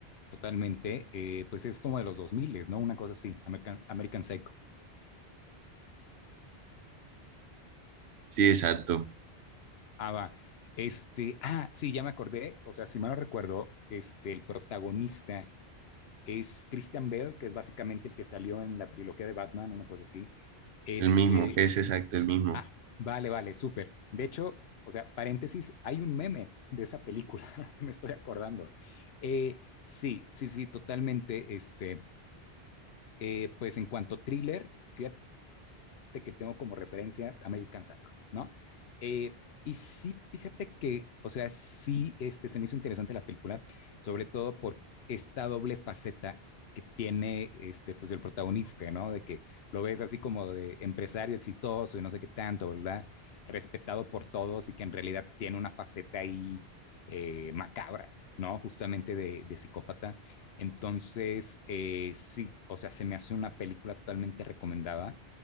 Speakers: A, on the left; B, on the right.
A: totalmente. eh, pues es como de los 2000, ¿no? Una cosa así, American, American Psycho.
B: Sí, exacto,
A: Ah, va. Este, ah, sí, ya me acordé. O sea, si mal no recuerdo, este, el protagonista es Christian Bale, que es básicamente el que salió en la trilogía de Batman, una cosa así. Este,
B: el mismo, es exacto, el mismo.
A: ah, vale, vale, súper. De hecho, o sea, paréntesis, hay un meme de esa película <laughs> ahora que me estoy acordando. Eh, sí, sí, sí, totalmente. Este, eh, pues en cuanto a thriller, fíjate de que tengo como referencia American Psycho, ¿no? Eh, y sí, fíjate que, o sea, sí este, se me hizo interesante la película, sobre todo por esta doble faceta que tiene este, pues, el protagonista, ¿no? De que lo ves así como de empresario exitoso y no sé qué tanto, ¿verdad? Respetado por todos y que en realidad tiene una faceta ahí eh, macabra, ¿no? Justamente de, de psicópata. Entonces, eh, sí, o sea, se me hace una película totalmente recomendada.